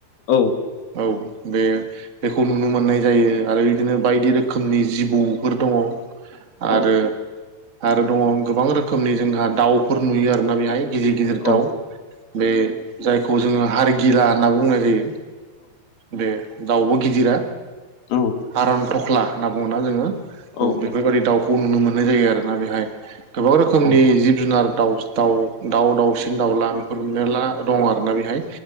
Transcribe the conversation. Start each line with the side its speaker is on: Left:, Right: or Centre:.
Left: औ
Right: औ बे बेखौ नुनो मोननाय जायो आरो बिदिनो बायदि रोखोम रोखोमनि जिबौफोर दङ
Left: औ
Right: आरो आरो दङ गोबां रोखोमनि जोंहा दाउफोर नुयो आरोना बेहाय गिदिर गिदिर
Left: औ
Right: दाउ बे जायखौ जोङो हारगिला होनना बुंनाय जायो बे दाउब' गिदिरा
Left: औ
Right: हारान थख्ला होनना बुङो जोङो
Left: औ औ
Right: बेफोरबायादि दाउखौ नुनो मोननाय जायो आरोना बेहाय गोबां रोखोमनि जिब जुनार दाउ दा दाउ दाउसिन दाउला बेफोरनो ला दं आरोना बेहाय